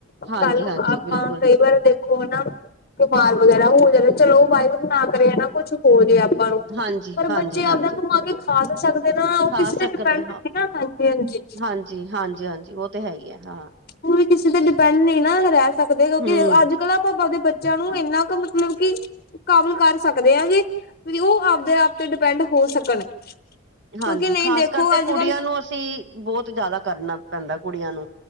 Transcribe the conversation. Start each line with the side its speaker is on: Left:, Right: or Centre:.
Right: ਹਾਂਜੀ
Left: ਕੱਲ ਨੂੰ
Right: ਹਾਂਜੀ
Left: ਆਪਾਂ
Right: ਬਿਲਕੁਲ
Left: ਕਈ ਵਾਰ ਦੇ ਔ ਨਾ ਬੀਮਾਰ ਵਗੈਰਾ ਹੋ ਜਵੇ, ਚਲੋ ਵਾਹਿਗੁਰੂ ਨਾ ਕਰੇ ਹਨਾਂ ਕੁਛ ਹੋ ਜੇ ਆਪਾਂ ਨੂੰ,
Right: ਹਾਂਜੀ
Left: ਪਰ
Right: ਹਾਂਜੀ
Left: ਬੱਚੇ ਆਪਦਾ
Right: ਹਾਂਜੀ
Left: ਕਮਾ ਕੇ ਖਾ ਤਾਂ ਸਕਦੇ ਨਾ, ਉਹ
Right: ਖਾ
Left: ਕਿਸ
Right: ਸਕਦੇ
Left: ਤੇ ਡਿਪੈਂਡ
Right: ਹਾਂ
Left: ਨਹੀਂ ਨਾ ਹਾਂਜੀ
Right: ਹਾਂਜੀ ਹਾਂਜੀ ਹਾਂਜੀ ਉਹ ਤੇ ਹੈ ਹੀ ਹੈ, ਹਾਂ
Left: ਹੁਣ ਵੀ ਕਿਸੇ ਤੇ ਡਿਪੈਂਡ ਨਹੀਂ ਨਾ ਰਹਿ ਸਕਦੇ, ਕਿਉਂਕਿ
Right: ਹਮ
Left: ਅੱਜ ਕੱਲ੍ਹ ਆ ਆਪਦੇ ਦੇ ਬੱਚੇ ਚਲੋ ਇੰਨਾ ਕੁ ਮਤਲਬ ਕਿ ਕੰਮ ਕਰ ਸਕਦੇ ਆ ਕਿ ਵੀ ਉਹ ਆਪਦੇ ਆਪ ਤੇ ਡਿਪੈਂਡ ਹੋ ਸਕਣ
Right: ਹਾਂਜੀ,
Left: ਕਿਉਂਕਿ ਨਹੀਂ
Right: ਖਾਸ
Left: ਦੇਖੋ
Right: ਕਰ ਤੇ
Left: ਅੱਜ
Right: ਕੁੜੀਆਂ
Left: ਕੱਲ
Right: ਨੂੰ ਅਸੀ ਤੇ ਬਹੁਤ ਜ਼ਿਆਦਾ ਕਰਨਾ ਪੈਂਦਾ ਕੁੜੀਆਂ ਨੂੰ,